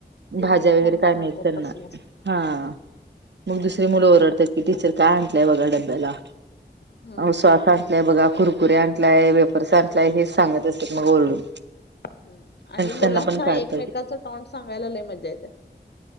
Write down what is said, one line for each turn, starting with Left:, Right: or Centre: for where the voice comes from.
Left: युनिक
Right: भाज्या वगैरे
Left: मम्मा
Right: काय नाही
Left: म्हणतात
Right: त्यांना
Left: तसल्यासनी
Right: हा. मग दुसरी मुलं ओरडतात की टीचर काय आणलंय बघा डब्याला
Left: हम्म
Right: अ श्वास आण. य बघा कुरकुरी आणलाय वेपर्स आणलाय हेच सांगत असते मग ओरडून
Left: हम् आणि मुलांना
Right: त्यांना पण कळायला
Left: एकमेकाच
Right: पाहिजे
Left: टॉनट सांगायला ल मजा येते.